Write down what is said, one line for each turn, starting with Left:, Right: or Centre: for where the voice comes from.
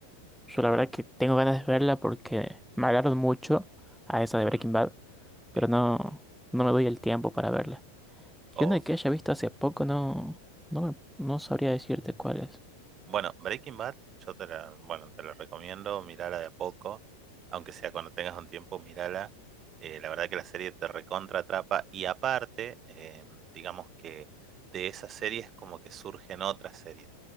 Centre: yo la verdad que tengo ganas de verla porque me hablaron mucho a esa
Right: Ujú,
Centre: de Breaking Bad, pero
Right: Sí.
Centre: no, no me doy el tiempo para verla.
Right: O
Centre: Y una que haya visto hace poco no, no, me- no sabría decirte cuál es.
Right: Bueno, Breaking Bad, yo te la, bueno, te la recomiendo, mirala de a poco, aunque sea cuando tengas un tiempo, mirala. Eh, la verdad que la serie te recontra atrapa y aparte, eh, digamos que de esas series como que surgen otras series.